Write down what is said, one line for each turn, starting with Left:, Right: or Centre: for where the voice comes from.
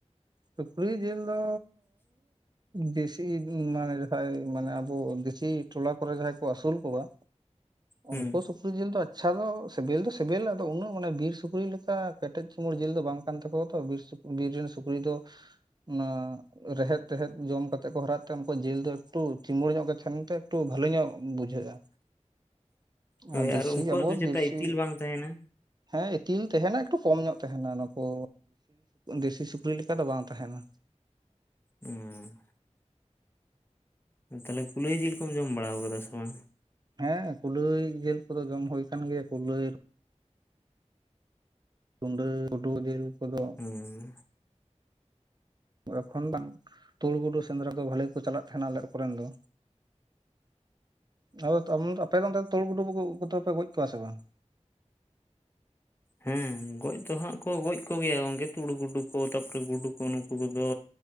Right: ᱥᱩᱠᱨᱤ ᱡᱤᱞ ᱫᱚ ᱫᱮᱥᱤ ᱢᱟᱱᱮ ᱡᱟᱦᱟᱸᱭ ᱢᱟᱱᱮ ᱟᱵᱚ ᱫᱮᱥᱤ ᱴᱚᱞᱟ ᱠᱚᱨᱮ ᱡᱟᱦᱟᱸᱭ ᱠᱚ ᱟᱹᱥᱩᱞ ᱠᱚᱣᱟ
Left: ᱦᱩᱸ
Right: ᱩᱱᱠᱩ ᱥᱩᱠ ᱥᱩᱠᱨᱤ ᱡᱤᱞ ᱫᱚ ᱟᱪᱪᱷᱟ ᱫᱚ ᱥᱮᱵᱤᱞ ᱫᱚ ᱥᱮᱵᱮᱞᱟ ᱟᱫᱚ ᱩᱱᱟᱹᱜ ᱢᱟᱱᱮ ᱵᱤᱨ ᱥᱩᱠᱨᱤ ᱞᱮᱠᱟ ᱠᱮᱴᱮᱡ ᱪᱩᱢᱟᱹᱲ ᱡᱤᱞ ᱫᱚ ᱵᱟᱝ ᱠᱟᱱ ᱛᱟᱠᱚᱣᱟ ᱛᱚ ᱵᱤᱨ ᱥᱩᱠᱨᱤ ᱵᱤᱨ ᱨᱮᱱ ᱥᱩᱠᱨᱤ ᱫᱚ ᱚᱱᱟ ᱨᱮᱦᱮᱫ ᱛᱮᱦᱮᱫ ᱡᱚᱢ ᱠᱟᱛᱮᱫ ᱠᱚ ᱦᱟᱨᱟᱜ ᱛᱮ ᱩᱱᱠᱩ ᱡᱤᱞ ᱫᱚ ᱮᱠᱴᱩ ᱪᱤᱢᱟᱹᱲ ᱧᱚᱜ ᱜᱮ ᱛᱟᱦᱮᱱᱛᱮ ᱮᱠᱴᱩ ᱵᱷᱟᱞᱤ ᱧᱚᱜ ᱵᱩᱡᱷᱟᱹᱜᱼᱟ᱾
Left: ᱦᱳᱭ
Right: ᱟᱨ ᱫᱮᱥᱤ
Left: ᱩᱱᱠᱩᱣᱟᱜ
Right: ᱟᱵᱚ
Left: ᱫᱚ ᱪᱮᱛᱟ
Right: ᱫᱮᱥᱤ
Left: ᱤᱛᱤᱞ ᱵᱟᱝ ᱛᱟᱦᱮᱱᱟ
Right: ᱦᱮᱸ ᱤᱛᱤᱞ ᱛᱟᱦᱮᱸᱱᱟ ᱮᱠᱴᱩ ᱠᱚᱢ ᱧᱚᱜ ᱛᱟᱦᱮᱱᱟ ᱱᱩᱠᱩ ᱫᱮᱥᱤ ᱥᱩᱠᱨᱤ ᱞᱮᱠᱟ ᱫᱚ ᱵᱟᱝ ᱛᱟᱦᱮᱱᱟ
Left: ᱦᱩᱸ ᱛᱟᱦᱚᱞᱮ ᱠᱩᱞᱟᱹᱭ ᱡᱤᱞ ᱠᱚᱢ ᱡᱚᱢ ᱵᱟᱲᱟᱣ ᱟᱠᱟᱫᱟ ᱥᱮ ᱵᱟᱝ
Right: ᱦᱮᱸ ᱠᱩᱞᱟᱹᱭ ᱡᱤᱞ ᱠᱚᱫᱚ ᱡᱚᱢ ᱦᱩᱭ ᱟᱠᱟᱱ ᱜᱮᱭᱟ ᱠᱩᱞᱟᱹᱭ ᱨᱩᱸᱰᱟᱹ, ᱜᱩᱰᱩ ᱡᱤᱞ ᱠᱚᱫᱚ
Left: ᱦᱩᱸ
Right: ᱮᱠᱷᱚᱱ ᱵᱟᱝ ᱛᱩᱲ, ᱜᱩᱰᱩ ᱥᱮᱸᱫᱽᱨᱟ ᱠᱚ ᱵᱷᱟᱹᱞᱤ ᱠᱚ ᱪᱟᱞᱟᱜ ᱛᱟᱦᱮᱱᱟ ᱟᱞᱮ ᱠᱚᱨᱮᱱ ᱫᱚ ᱟᱫᱚ ᱟᱯᱮ ᱫᱚ ᱚᱱᱛᱮ ᱫᱚ ᱛᱩᱲᱩ ᱜᱩᱴᱩ ᱫᱚᱯᱮ ᱜᱚᱡ ᱠᱚᱣᱟ ᱥᱮ ᱵᱟᱝ
Left: ᱦᱮᱸ ᱜᱚᱡ ᱫᱚ ᱦᱟᱸᱜ ᱠᱚ ᱜᱚᱡ ᱠᱚᱜᱮᱭᱟ ᱜᱚᱝᱠᱮ ᱛᱩᱲᱩ ᱜᱩᱰᱩ ᱠᱚ ᱛᱟᱯᱚᱨᱮ ᱜᱩᱰᱩ ᱠᱚ ᱱᱩᱠᱩ ᱩᱱᱠᱩ ᱠᱚᱫᱚ